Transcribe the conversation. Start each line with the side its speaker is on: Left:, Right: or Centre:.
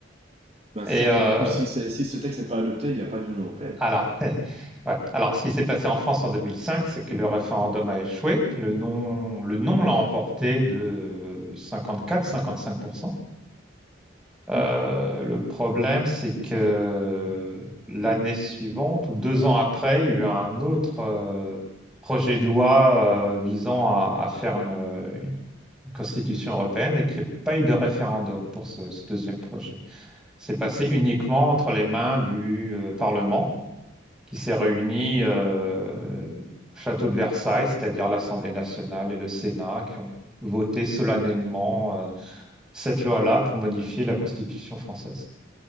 Right: Bah,
Centre: Et
Right: c'est ça.
Centre: euh,
Right: Et puis, du coup, si, c'est- si ce texte n'est pas adopté, il n'y a pas d'Union européenne.
Centre: Alors, <laughs> ouais. Alors, ce qui s'est passé en France en 2005, c'est que le référendum a échoué. Le non, le non l'a emporté de 54-55%. Euh,
Right: Tu-
Centre: le problème, c'est que l'année suivante, ou deux ans après, il y a eu un autre euh, projet de loi euh, visant à, à faire une, une constitution européenne et qu'il n'y a pas eu de référendum pour ce, ce deuxième projet. C'est passé uniquement entre les mains du euh, Parlement qui s'est réunie euh, au château de Versailles, c'est-à-dire l'Assemblée nationale et le Sénat, qui ont voté solennellement euh, cette loi-là pour modifier la Constitution française.